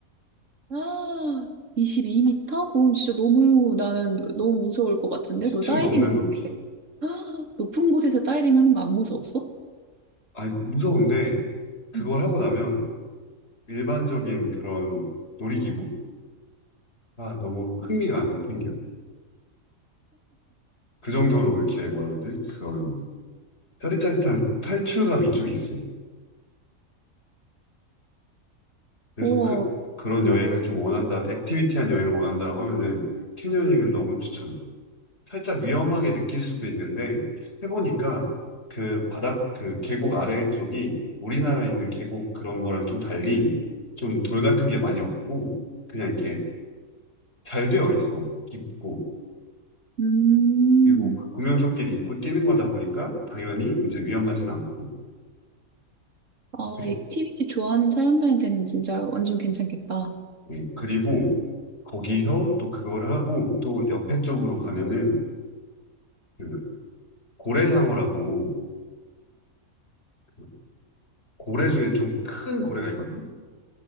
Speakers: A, on the right; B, on the left.
A: <gasps> 아, 2 2터 그건 진짜 너무 나는 너무 무서울 것 같은데?
B: 10층
A: 너 다이빙,
B: 넘는 높이.
A: <gasps> 아, 높은 곳에서 다이빙 하는 거 안 무서웠어?
B: 아, 무서운데 그걸
A: 응.
B: 하고 나면 일반적인 그런 놀이기구가 너무 흥미가 안 생겨. 그 정도로 이렇게 뭐라 해야 되지? 그런 짜릿짜릿한 탈출감이 좀 있어. 그래서
A: 우와.
B: 그, 그런
A: 음.
B: 여행을 좀 원한다, 액티비티한 여행을 원한다라고 하면은 캐녀닝은 너무 추천해. 살짝 위험하게 느낄 수도 있는데 해보니까 그 바닥, 그 계곡 아래 쪽이 우리나라에 있는 계곡 그런 거랑 좀 달리 좀 돌 같은 게 많이 없고 그냥 이렇게 잘 되어 있어. 깊고.
A: 음.
B: 그리고 그 구명조끼를 입고 뛰는 거다 보니까 당연히 이제 위험하진 않고.
A: 아,
B: 그리,
A: 액티비티 좋아하는 사람들한테는 진짜 완전 괜찮겠다.
B: 예, 그리고 거기서 또 그거를 하고 또 옆에 쪽으로 가면은 그 고래상어라고 그 고래 중에 좀 큰 고래가 있거든.